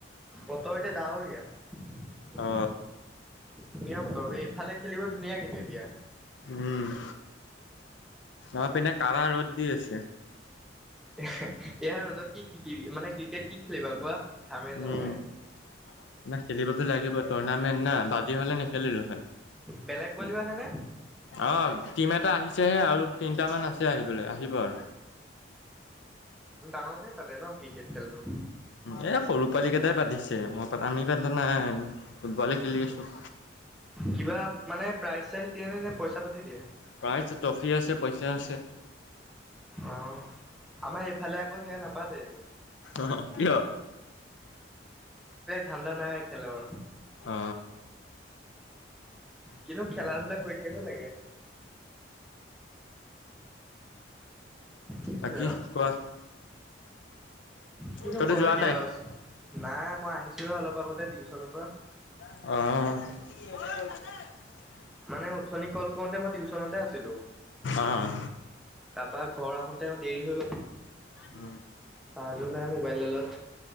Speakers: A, in the centre; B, on the left (about 75°).
A: বতৰ এতিয়া ডাৱৰীয়াা।
B: অ
A: ধুনীয়া বতৰ এই ইফালে খেলিব ধুনীয়া কিন্তু এতিয়া।
B: উম', অ', পিনে কা ৰ'দ দি আছে।
A: এয়া ৰ'দত কি শিকিবি মানে ক্ৰিকেট কি খেলিবা কোৱা। ঘামে জামে
B: উম না খেলিবতো লাগিব টুৰ্ণামেন্ট না বাজি হলে নেখেলিলো হয়।
A: বেলেগ পোৱালি আহেনে?
B: অ টিম এটা আহিছেহে আৰু তিনিটামান আছে আহিবলৈ আহিব আৰু
A: ডাঙৰে তাতে ন ক্ৰিকেট খেলটো।
B: এই সৰু পোৱালীকেইটাই পা্তিছে মই পাতো আমি পানা নাইি ফুটবলে খেলি আছোঁ।
A: কিবা মানে প্ৰাইজ চাইজ দিয়ে নে নে পইচা পাতি দিয়ে?
B: কাইছে ট্ৰফি আছে পইচা আছে।
A: অ', আমাৰ ইফালে আকৌ সেয়া নাপাতে একো।
B: অ', কিয়?
A: ঠাণ্ডা নাই খেলৰ।
B: অ।
A: কিন্তু খেলা ধূলা কৰি থাকিব লাগে। সেইটোৱে
B: আ কি
A: আৰু
B: কোৱা।
A: কিনো
B: ক'তো
A: কম
B: যোৱা
A: এতিয়া
B: নাই?
A: আওচ। নাই মই আহিছোহে অলপ আগতে টিউচন পা।
B: অ'।
A: মানে উথনি কল কৰোতে মই টিউচনতে আছিলোঁ।
B: অ',
A: তাপা ঘৰ আহোতে দেৰি হৈ গ'লনা অলপ।
B: উ।
A: চাৰ্জো নাই মোবাইল ল-লত।